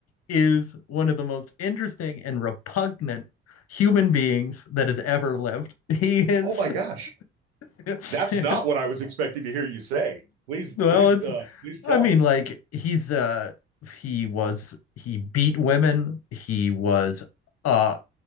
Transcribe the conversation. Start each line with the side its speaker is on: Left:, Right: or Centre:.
Left: is one of the most interesting and repugnant human beings that has ever lived. He is,
Right: Oh my gosh,
Left: <laughs>
Right: that's
Left: well,
Right: not what I was expecting to hear you say. Please,
Left: it's.
Right: please, uh, please tell.
Left: I mean, like he's uh he was he beat women. He was uh